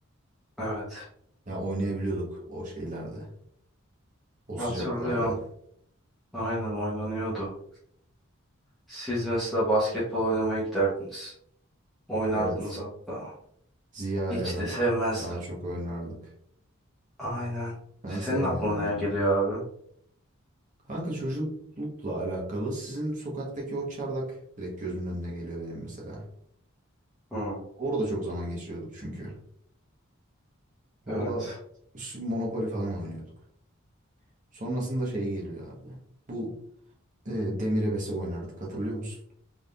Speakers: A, in the centre; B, on the right.
A: Evet
B: Yani oynayabiliyorduk o şeylerde. O sıcaklarda.
A: hatırlıyorum. Aynen oynanıyordu. Siz mesela basketbol oynamaya giderdiniz. Oynardınız
B: Evet.
A: hatta.
B: Ziya
A: Hiç
B: ile ben
A: de sevmezdim.
B: daha çok oynardık.
A: Aynen.
B: Ben
A: Senin
B: sevmiyordum
A: aklına
B: abi.
A: ne geliyor abi?
B: Kanka çocuklukla alakalı sizin sokaktaki o çardak direkt gözümün önüne geliyor benim mesela.
A: Hı,
B: Orada çok zaman geçiriyorduk çünkü. Orada
A: evet.
B: şu Monopoly falan oynuyorduk. Sonrasında şey geliyor abi. Bu e, Demir Ebesi oynardık hatırlıyor musun?